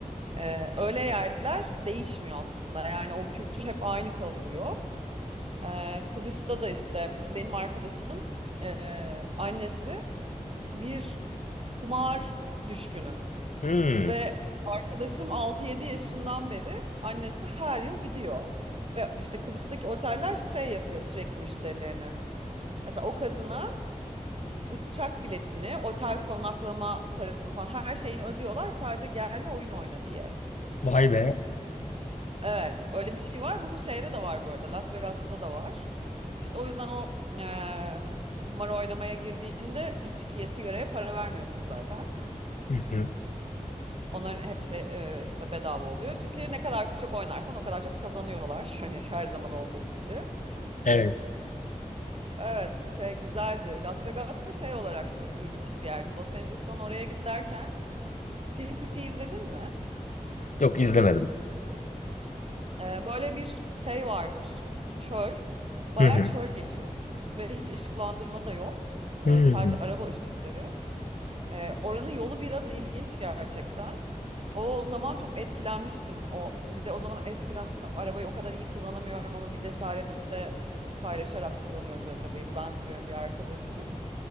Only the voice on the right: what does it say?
e, öyle yerler değişmiyor aslında. Yani o kültür hep aynı kalıyor. E, Kıbrıs'ta da işte benim arkadaşımın e, annesi bir kumar düşkünü.
Ve arkadaşım altı yedi yaşından beri annesi her yıl gidiyor. Ve işte Kıbrıs'taki oteller şey yapıyor sürekli müşterilerine. Mesela o kadına uçak biletini, otel konaklama parasını falan her şeyini ödüyorlar sadece gel ve oyun oyna diye.
Evet, öyle bir şey var. Bu şeyde de var bu arada. Las Vegas'ta da var. İşte o yüzden o e, kumar oynamaya girdiğinde içkiye, sigaraya para vermiyorsun zaten.
Onların hepsi e, işte bedava oluyor. Çünkü ne kadar çok oynarsan o kadar çok kazanıyorlar. <laughs> Hani her zaman olduğu gibi.
Evet, şey güzeldi. Las Vegas'ta şey olarak e, ilginç bir yerdi. Los Angeles'tan oraya giderken Sin City izledin mi?
Ee, böyle bir şey vardır. Çöl. Bayağı
çöl geçiyorsun. Ve hiç ışıklandırma da yok.
Ee, sadece araba ışıkları. Ee, oranın yolu biraz ilginç gerçekten. O zaman çok etkilenmiştim. O bir de o zaman eskiden arabayı o kadar iyi kullanamıyorum ama bir cesaret işte e, paylaşarak kullanıyoruz arabayı. Bir ben sürüyorum bir arkadaşım.